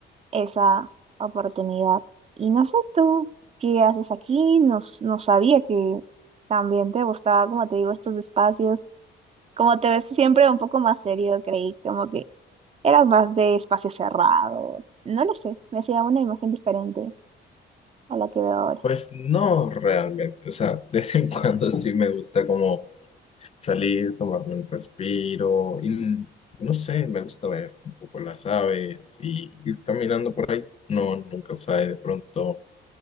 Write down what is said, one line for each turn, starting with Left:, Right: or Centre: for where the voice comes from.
Right: esa oportunidad. Y no sé tú qué haces aquí, no, s- no sabía que también te gustaba, como te digo, estos espacios. Como te ves siempre un poco más serio, creí, como que Era más de espacio cerrado. No lo sé, me hacía una imagen diferente a la que veo ahora.
Left: Pues no realmente, o sea, de vez en cuando sí me gusta como salir, tomarme un respiro y mm, no sé, me gusta ver un poco las aves y ir caminando por ahí. No, nunca sabe, de pronto,